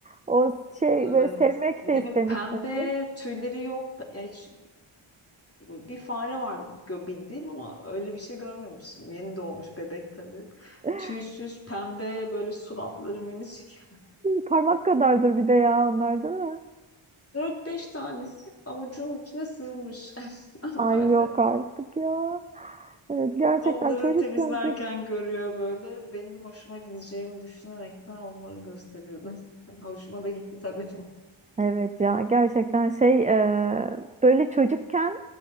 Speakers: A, on the right (about 15°); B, on the left (about 30°).
A: o şey
B: Evet.
A: böyle sevmek
B: Bir
A: de
B: de
A: istemişsin.
B: böyle pembe tüyleri yok. Ya hiç Bir fare var gö- bildiğim ama öyle bir şey görmemiştim. Yeni doğmuş bebek tabii.
A: <laughs>
B: Tüysüz, pembe, böyle suratları minicik.
A: Parmak kadardır bir de ya onlar değil mi?
B: dört beş tanesi avucunun içine sığmış. <laughs>
A: Ay
B: Öyle.
A: yok artık ya. Evet gerçekten
B: Otları
A: çocukken
B: temizlerken
A: çok
B: görüyor böyle. Benim hoşuma gideceğimi düşünerekten onları gösteriyordum. <laughs> Hoşuma da gitti tabii.
A: Evet ya gerçekten şey e, böyle çocukken